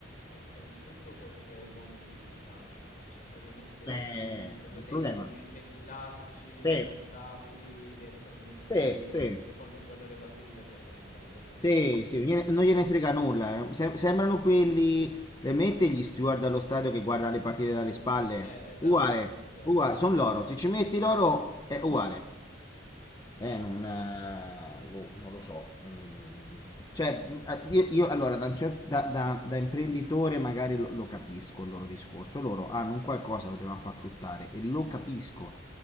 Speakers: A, on the left (about 40°); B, on the left (about 20°).
A: sono tutto fuorché uomini di, di calcio. Sono praticamente
B: Eh,
A: dei,
B: è
A: proprio
B: un
A: dei
B: problema.
A: dirigenti classici,
B: Sì,
A: contabili, che sono messi
B: sì,
A: lì e,
B: sì.
A: e quando si guardano le partite si addormentano. Questo per
B: Sì,
A: farti capire
B: sì,
A: un
B: gliene-
A: po' il
B: non
A: tenore.
B: gliene frega nulla. eh. Se- sembrano quelli, le mette gli steward allo stadio che guardano le partite dalle spalle.
A: Eh, esatto,
B: Uguale,
A: <laughs> esatto.
B: uguale, sono loro. Se ci metti loro è uguale.
A: Mamma mia,
B: Eh, non, eh, boh, non lo so. Mm. Cioè, mm, ah, io, io, allora da, un cer- da- da- da imprenditore magari lo, lo capisco il loro discorso. Loro hanno un qualcosa, lo devono far fruttare e lo capisco.